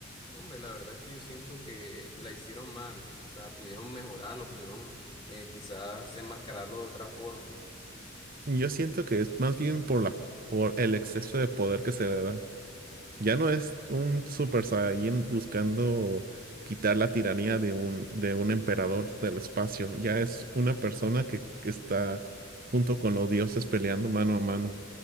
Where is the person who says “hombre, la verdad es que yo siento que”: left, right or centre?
Left